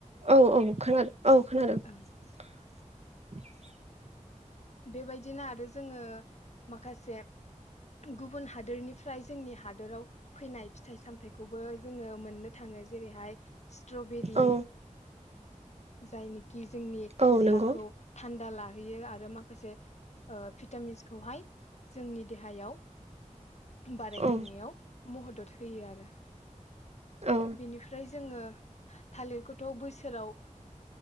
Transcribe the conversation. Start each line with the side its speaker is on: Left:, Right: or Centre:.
Right: औ औ खोना औ खोनादों।
Left: ओं
Right: <unintelligible>
Left: बेबायदिनो आरो जोंङो माखासे गुबुन हादोरनिफ्राय जोंनि हादोराव फैनाय फिथाइ सामथाइखौबो जोंङो मोननो थाङो जेरैहाय स्ट्रबेरि
Right: औ
Left: जायनिखि जोंनि
Right: औ
Left: देहाखौ
Right: नंगौ
Left: गाहोयो आरो माखासे ओ भिटामिनस खौहाय जोंनि देहायाव। बारायहैनायाव
Right: औ
Left: महदद होयो आरो।
Right: औ
Left: बिनिफ्राय जोंङो थालिरखौथ' बोसोराव।